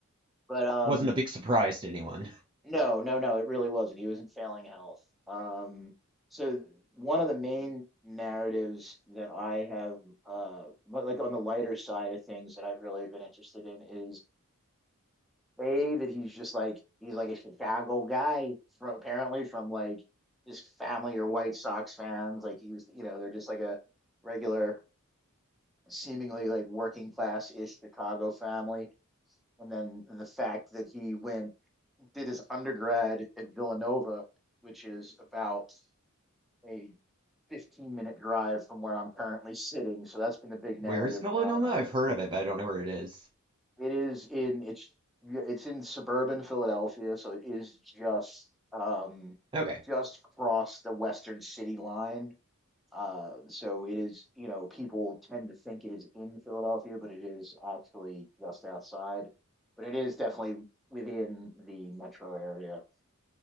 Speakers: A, in the centre; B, on the right.
A: But um
B: Wasn't a big surprise to anyone. <laughs>
A: No, no, no, it really wasn't. He was in failing health. Um, so one of the main narratives that I have, uh, but, like on the lighter side of things that I've really been interested in is A, that he's just like, he's like a Chicago guy from apparently from like his family or White Sox fans. Like he was, you know, they're just like a regular, seemingly like working class-ish Chicago family. And then the fact that he went did his undergrad at Villanova, which is about a 15 minute drive from where I'm currently sitting. So that's been the big narrative
B: Where is Villanoma?
A: where I'm at.
B: I've heard of it, but I don't know where it is.
A: It is in it's yeah, it's in suburban Philadelphia, so it is just um
B: Okay,
A: just across the western city line. Uh, so it is, you know, people tend to think it is in Philadelphia, but it is actually just outside. But it is definitely within the metro area.